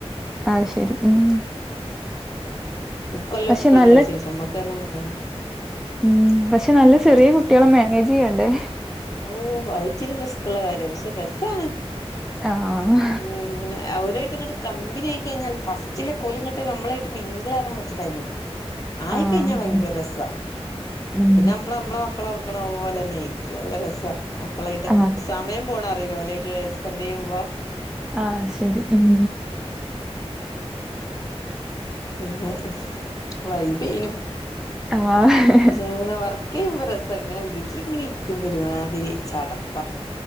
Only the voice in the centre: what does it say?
അത് ശരി ഉം
പക്ഷെ
നല്ല
ഉം പക്ഷെ നല്ല ചെറിയ കുട്ടികളെ മാനേജ് ചെയ്യണ്ടേ
ആഹ്
ആഹ്
ഉം
അതെ
ആഹ് അത് ശരി ഉം
ആഹ്